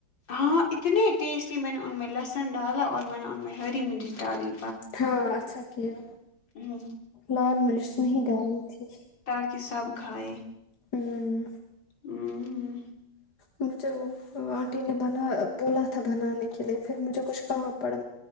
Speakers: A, on the left; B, on the left.
A: ہاں اتنے ٹیسٹی میں نے ان میں لہسن ڈالا اور میں نے ان میں ہری مرچ ڈالی
B: ہاں اچھا کیا
A: ہوں
B: لال مرچ نہیں ڈالنی تھی
A: تاکہ سب کھائے
B: ہوں
A: ہوں
B: مجھے آنٹی نے بنا بولا تھا بنانے کے لیے پھر مجھے کچھ کام پڑا